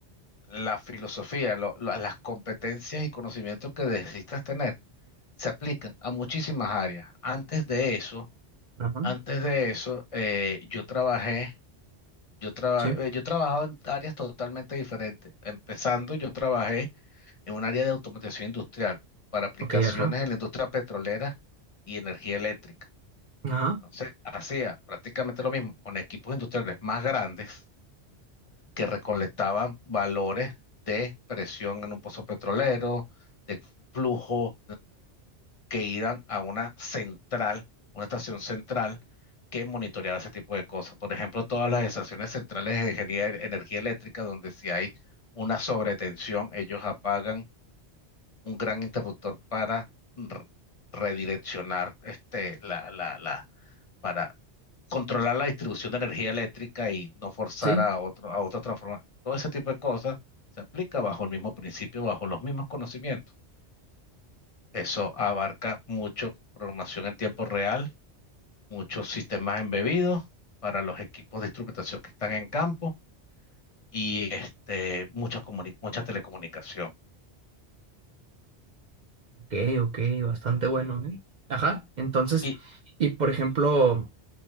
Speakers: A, on the left (about 35°); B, on the right (about 50°).
A: la filosofía, lo- la- las competencias y conocimientos que necesitas tener se aplican a muchísimas áreas. Antes de eso,
B: Ajá,
A: Antes de eso, eh, yo trabajé, yo traba-
B: sí,
A: eh, yo he trabajado en áreas totalmente diferentes. Empezando, yo trabajé en un área de automatización industrial para aplicaciones
B: ok, ajá,
A: en la industria petrolera y energía eléctrica.
B: ajá,
A: Entonces, hacía prácticamente lo mismo con equipos industriales más grandes que recolectaban valores de presión en un pozo petrolero, de flujo que iban a una central, una estación central que monitoreaba ese tipo de cosas. Por ejemplo, todas las estaciones centrales de ingeniería- energía eléctrica, donde si hay una sobretensión, ellos apagan un gran interruptor para r- redireccionar este, la, la, la, para controlar la distribución de energía eléctrica y no forzar
B: sí,
A: a otro, a otros transformar. Todo ese tipo de cosas se aplica bajo el mismo principio, bajo los mismos conocimientos. Eso abarca mucho programación en tiempo real muchos sistemas embebidos para los equipos de instrumentación que están en campo y este, mucha, comuni- mucha telecomunicación.
B: ok, ok, bastante bueno, ¿eh? Ajá, entonces,
A: Y
B: y por ejemplo...